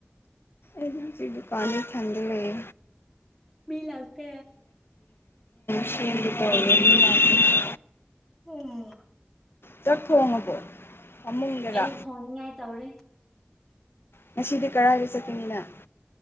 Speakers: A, on the left; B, in the centre.
A: ꯏꯗꯤ ꯆꯗꯤ ꯄꯅꯤ ꯊꯪꯗ ꯂꯩ
B: ꯃꯤ ꯂꯥꯛꯇꯦ
A: <unintelligible>
B: ꯑꯣꯝ
A: ꯆꯥꯛ ꯊꯣꯡꯉꯕꯣ ꯐꯃꯨꯡꯗꯔꯥ
B: ꯑꯩ ꯊꯣꯡꯅꯤꯡꯉꯥꯏ ꯇꯧꯔꯤ
A: ꯉꯁꯤꯗꯤ ꯀꯗꯥꯥꯏꯗ ꯆꯠꯀꯅꯤ ꯅꯪ